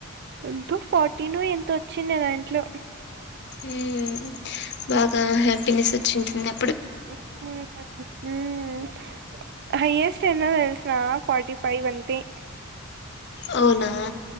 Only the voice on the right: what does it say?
ఎంతో ఫార్టీనో ఎంత వచ్చిండ దాంట్లో
ఉహ్మ్ ఉమ్ హైయస్ట్ ఎన్నో తెలుసునా ఫార్టీ ఫైవ్ అంతే